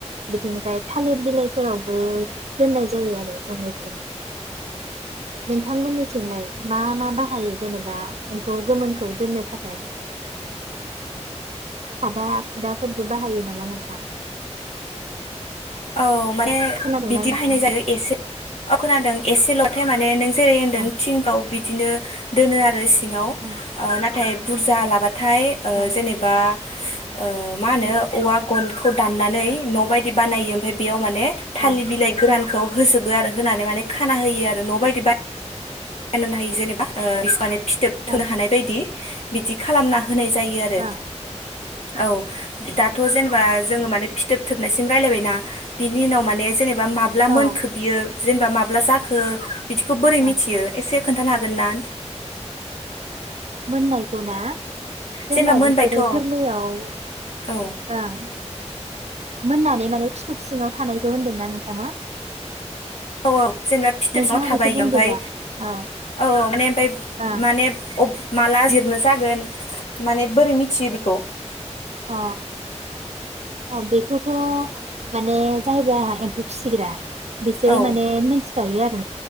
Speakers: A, on the right; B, on the left.
A: बिथिं जाय थालिर बिलाइफोरावबो दोननाय जायो आरो जोंनिथिं नोंथां मोननिथि थिंलाय मा मा बाहायो जेनेबा एम्फौ गोमोनखौ दोननो थाखाय खादा खुदाफोरबो बाहायो नामा नोंथां?
B: औ माने
A: खोनादोंना
B: बिदि
A: नोंथां
B: बाहायनाय जायो एसे अ खोनादों एसेल'खाय माने नों जेरै होन्दों
A: ओं
B: थिंफाव बिदिनो दोनो आरो सि सिङाव
A: ओं
B: ओ ना थाय बुरजा लाबा थाय ओ
A: ओं
B: जेनेबा <inaudible> ओ मा होनो
A: ओं
B: औवा गन खौ दाननानै न' बायदि बानायोम फाय बेयाव माने थालि
A: ओं
B: बिलाइ गोरान खौ होजोबो आरो होनानै माने खाना होयो आरो न' बायदि बाय फाननोनो हायो जेनेबा ओ बिस माने फि थोब थोनो
A: ओं
B: हानाय बायदि बिदि खालामनाह होनाय जायो आरो
A: अ
B: औ दाथ' जेनेबा जोङो माने फिथोब थोबनायसिम रायलायबायना बिनि उनाव माने जेने बा माब्ला
A: औ
B: मोनखो बियो जेनेबा माब्ला जाखो बिदिखौ बोरै मिथियो?
A: औ
B: से खोन्थानो हागोन ना
A: मोननायखौ ना जेब्ला
B: जेनेबा मोनबायथ'
A: बिसोरो
B: औ
A: गोरलैयाव
B: औ
A: ओं मोननानै माने फिथोब सिङाव थानायखौ होनदोंना नोंथाङा?
B: औ औ जेनेबा फिथोब
A: नोंथाङा
B: सिङाव थाबाय
A: बेखौ बुंदो
B: ओमफाय
A: दा औ
B: औ औ माने ओमफाय
A: ओं
B: माने अफ माला जिरनो जागोन माने बोरै मिथियो बेखौ?
A: अ अ बेखौथ' माने जायबा एम्फौ फिग्रा बिसोरो
B: औ
A: माने मोनथिखायो आरो